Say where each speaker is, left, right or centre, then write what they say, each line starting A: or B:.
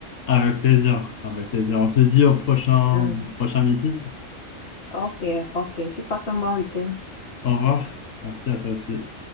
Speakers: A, on the left; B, on the left.
A: Avec plaisir, avec plaisir. On se dit au prochain,
B: Hmm.
A: prochain meeting.
B: Ok, ok. Tu passes un bon week-end.
A: Au revoir. Merci à toi aussi.